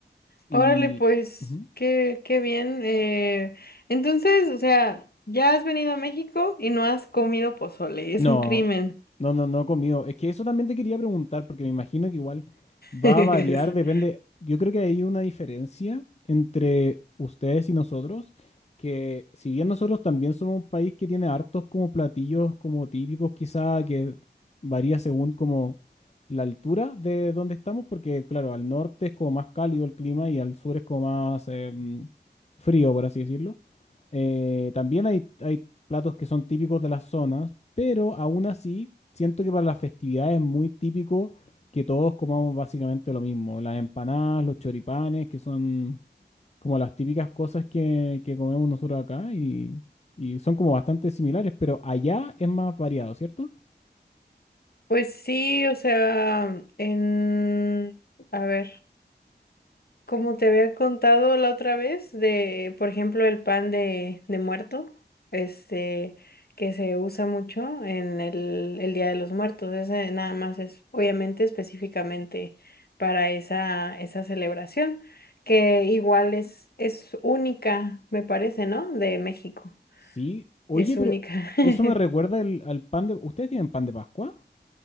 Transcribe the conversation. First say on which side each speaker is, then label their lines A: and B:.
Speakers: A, on the left (about 35°); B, on the left (about 60°).
A: Y,
B: Órale, pues,
A: ujú.
B: qué, qué bien. eh, entonces, o sea, ya has venido a México y no has comido pozole, es
A: No,
B: un crimen.
A: no, no, no he comido. Es que eso también te quería preguntar, porque me imagino que igual va
B: <laughs>
A: a variar, depende. Yo creo que hay una diferencia entre ustedes y nosotros, que si bien nosotros también somos un país que tiene hartos como platillos como típicos, quizá que varía según como la altura de donde estamos, porque claro, al norte es como más cálido el clima y al sur es como más em, frío, por así decirlo. Eh, también hay, hay platos que son típicos de las zonas, pero aún así siento que para las festividades es muy típico que todos comamos básicamente lo mismo. Las empanadas, los choripanes, que son como las típicas cosas que, que comemos nosotros acá y, y son como bastante similares, pero allá es más variado, ¿cierto?
B: Pues sí, o sea, en... A ver. Como te había contado la otra vez de, por ejemplo, el pan de, de muerto, este, que se usa mucho en el, el Día de los Muertos. Ese nada más es, obviamente, específicamente para esa, esa celebración, que igual es, es única, me parece, ¿no? De México.
A: Sí. Oye,
B: Es
A: pero
B: única.
A: eso me recuerda
B: <laughs>
A: el- al pan de... ¿Ustedes tienen pan de Pascua?